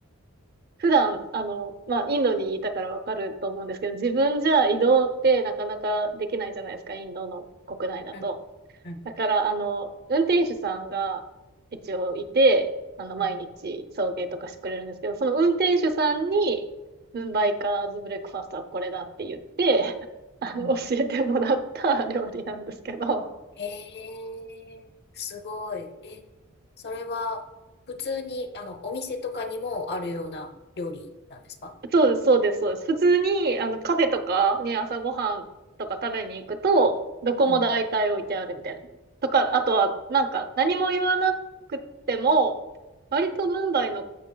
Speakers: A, on the right; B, on the left.
A: 普段、あの、まあ、インドにいたからわかると思うんですけど、自分じゃ移動ってなかなかできないじゃないですか、インドの国内だと。
B: うん。うん。
A: だから、あの、運転手さんが一応いて、あの、
B: うん。
A: 毎日送迎とかしてくれるんですけど、その運転手さんに、ムンバイカーズブレックファーストはこれだって言って、あの、
B: うん
A: 教えてもらった料理なんですけど、
B: へえ。すごい。え、それは普通にあのお店とかにもあるような料理なんですか
A: そうです、そうです、そうです。普通に、あの、カフェとかね、朝ごはんとか食べに行くと、どこも大体置いてあるみたいな。
B: うん。
A: とか、あとは、なんか、何も言わなくても、割とムンバイの、